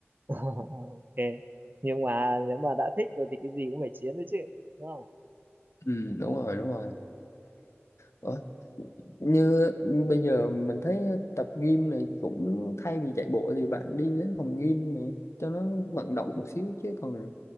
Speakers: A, on the right; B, on the left.
A: <laughs> ok nhưng mà nếu mà đã thích rồi thì cái gì cũng phải chiến đấy chứ đúng không
B: ừ, đúng rồi đúng rồi Ủa? Như bây giờ mình thấy tập gym này cũng thay vì chạy bộ thì bạn đi đến phòng gym này cho nó vận động một xíu chứ còn